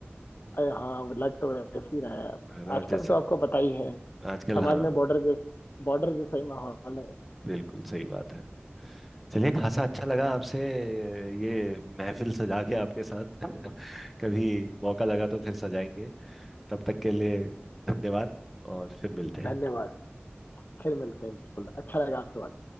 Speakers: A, on the left (about 50°); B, in the centre.
A: अरे हाँ लग तो वैसे ही रहा है
B: है ना
A: आजकल
B: जैसे
A: तो आपको पता ही है
B: आजकल
A: समाज
B: हाँ
A: में बॉर्डर जैस बॉर्डर जैसा ही माहौल है
B: बिल्कुल सही बात है चलिए खासा अच्छा लगा आपसे ये महफिल सजा के आपके साथ <laughs> कभी मौका लगा तो फिर सजाएंगे तब तक के लिए धन्यवाद और फिर मिलते हैं
A: धन्यवाद फिर मिलते हैं बिल्कुल अच्छा लगा आपसे बात